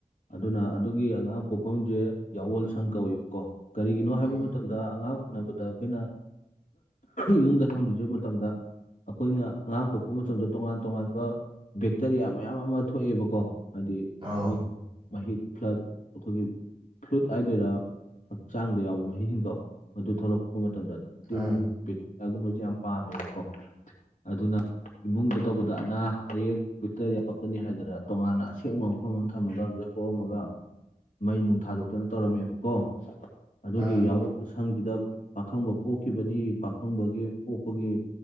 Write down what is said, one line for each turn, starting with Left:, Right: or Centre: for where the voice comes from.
Left: ꯑꯗꯨꯅ ꯑꯗꯨꯒꯤ ꯑꯉꯥꯡ ꯄꯣꯛꯐꯝꯁꯦ ꯌꯥꯋꯣꯜ ꯁꯪ ꯀꯧꯋꯦꯕꯀꯣ ꯀꯔꯤꯒꯤꯅꯣ ꯍꯥꯏꯕ
Right: ꯎꯝ
Left: ꯃꯇꯝꯗ ꯑꯉꯥꯡ ꯎꯅꯕꯗ ꯑꯩꯈꯣꯏꯅ ꯏꯃꯨꯡꯗ ꯊꯝꯗ꯭ꯁꯤꯕ ꯃꯇꯝꯗ ꯑꯩꯈꯣꯏꯅ ꯑꯉꯥꯡ ꯄꯣꯛꯄ ꯃꯇꯝꯗ ꯇꯣꯉꯥꯟ ꯇꯣꯉꯥꯟꯕ ꯕꯦꯛꯇꯔꯤꯌꯥ ꯃꯌꯥꯝ ꯑꯃ ꯊꯣꯛꯑꯦꯕꯀꯣ ꯍꯥꯏꯗꯤ
Right: ꯑꯣ
Left: ꯃꯣꯏ ꯃꯍꯤ ꯈ ꯑꯩꯈꯣꯏꯒꯤ <inaudible> ꯐ꯭ꯂꯨꯏꯠ ꯍꯥꯏꯗꯣꯏꯔꯥ ꯍꯛꯆꯥꯡꯗ ꯌꯥꯎꯕ ꯃꯍꯤꯁꯤꯡꯗꯣ ꯃꯗꯨ ꯊꯣꯛꯂꯛꯄ ꯃꯇꯝꯗ ꯇꯤꯟ
Right: ꯎꯝ ꯎꯝ
Left: ꯄꯤꯒꯨꯝꯕꯁꯦ ꯌꯥꯝ ꯄꯥꯝꯃꯦꯕꯀꯣ ꯑꯗꯨꯅ ꯏꯃꯨꯡꯗ ꯇꯧꯕꯗ ꯑꯅꯥ ꯑꯌꯦꯛ ꯕꯥꯇꯦꯔꯤꯌꯥ ꯌꯥꯎꯔꯛꯀꯅꯤ ꯍꯥꯏꯗꯅ ꯇꯣꯉꯥꯟꯅ ꯁꯦꯛꯕ ꯃꯐꯝ ꯑꯃ ꯊꯝꯃꯒ ꯑꯗꯨꯗꯥ ꯄꯣꯛꯑꯝꯃꯒ ꯑꯃꯨꯛ ꯃꯩ ꯅꯨꯡ ꯊꯥꯗꯣꯛꯇꯅ ꯇꯧꯔꯝꯃꯦꯕꯀꯣ ꯑꯗꯨꯒꯤ
Right: ꯎꯝ
Left: ꯌꯥꯑꯣꯜ ꯁꯪꯁꯤꯗ ꯄꯥꯈꯪꯕ ꯄꯣꯛꯈꯤꯕꯅꯤ ꯄꯥꯈꯪꯕꯒꯤ ꯄꯣꯛꯄꯒꯤ